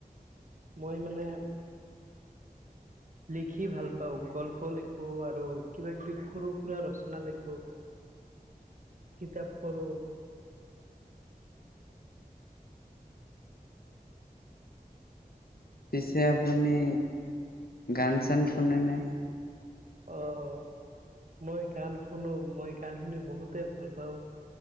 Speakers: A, on the right; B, on the left.
A: মই মানে লিখি ভাল পাওঁ গল্প লিখো আৰু কিবা কিবি সৰু সুৰা ৰচনা লিখো
B: <inaudible>
A: কিতাপ পঢ়ো
B: পিছে আপুনি গান চান শুনেনে
A: অ মই গান শুনো মই গান শুনি বহুতে ভাল পাওঁ